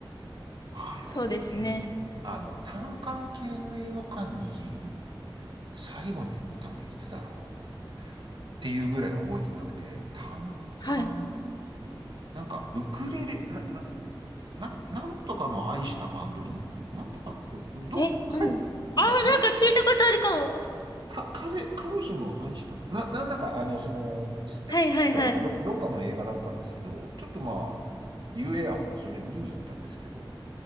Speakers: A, on the right (about 60°); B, on the left (about 50°).
A: ああ、いや、
B: そうですね。
A: 俺でも、え、あの、単館系の映画館に最後に行ったのいつだろうっていうぐらい覚えてなくて、単館、
B: はい。
A: なんかウクレレ、な、な、な、なんとかの愛したマンドリンなんとかの、これ、どっかに、
B: え、なんだあー、
A: な、なん、
B: なんか聞いたことあるかも。
A: か、彼、彼女の愛した、な、なんだか、あの、その、スペイン映画だか、
B: はいはいはい。
A: ど、どっかの映画だったんですけど、ちょっとまあ、ゆえあって、それ見に行ったんですけど、